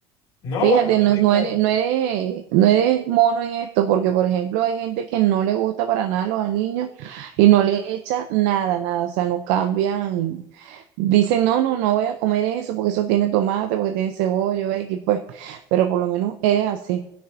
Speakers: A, on the left; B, on the right.
A: No,
B: Fíjate,
A: bueno,
B: no,
A: ahorita-
B: no eres, no eres, no eres mono en esto, porque por ejemplo hay gente que no le gusta para nada los aliños y no le echa nada, nada, o sea, no cambian, dicen, no, no, no voy a comer eso porque eso tiene tomate, porque tiene cebolla, X, pues, pero por lo menos eres así.